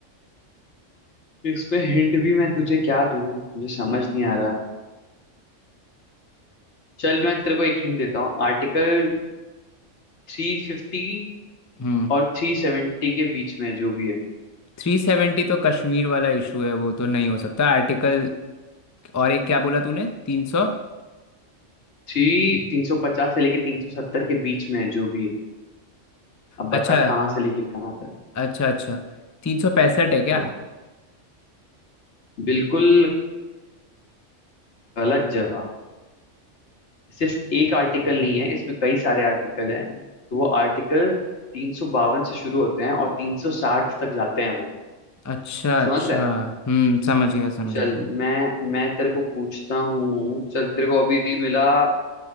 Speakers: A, on the left; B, on the left.
A: इसमें हिंट भी मैं तुझे क्या दूं मुझे समझ नहीं आ रहा चल मैं तेरे को एक हिंट देता हूँ आर्टिकल थ्री फिफ्टी
B: हम्म
A: और थ्री सेवेंटी के बीच में है जो भी है
B: थ्री सेवेंटी तो कश्मीर वाला इशू है वो तो नहीं हो सकता आर्टिकल और एक क्या बोला तूने तीन सौ
A: थ्री तीन सौ पचास से लेके तीन सौ सत्तर के बीच में है जो भी है अब बता
B: अच्छा
A: कहाँ से लेके कहाँ तक
B: अच्छा अच्छा तीन सौ पैंसठ है क्या
A: हाँ बिल्कुल गलत जवाब सिर्फ एक आर्टिकल नहीं है इसमें कई सारे आर्टिकल
B: हम्म।
A: हैं तो वो आर्टिकल तीन सौ बावन से शुरू होते हैं और तीन सौ साठ तक जाते हैं वो
B: अच्छा अच्छा
A: समझ रहा है
B: हम्म समझ गया समझ
A: चल
B: गया मैं
A: मैं मैं तेरे को पूछता हूँ चल तेरे को अभी मिला